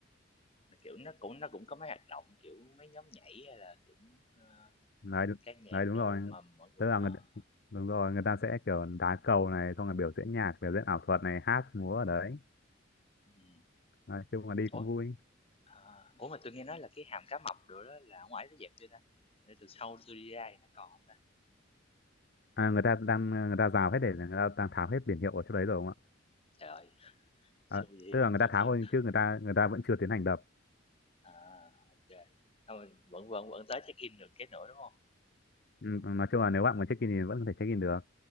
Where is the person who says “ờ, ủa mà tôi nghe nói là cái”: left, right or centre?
Left